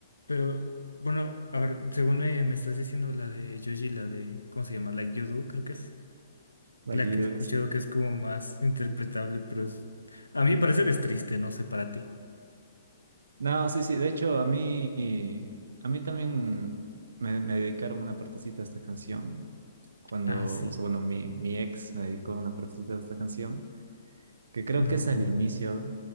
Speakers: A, on the left; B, on the right.
A: pero bueno, a ver, según me, me estás diciendo, la de Yoshi, la de, ¿cómo se llama? Like You Do, creo que es
B: Lucky
A: la que
B: Dube,
A: he escuchado
B: sí.
A: que es como más interpretable, pero es, a mí parecer es triste, no sé para ti.
B: No, sí, sí. De hecho, a mí, a mí también me, me dedicaron una partecita a esta canción. Cuando,
A: Ah, sí.
B: o sea, bueno, mi, mi ex me dedicó una partecita a esta canción, que creo
A: No.
B: que es al inicio.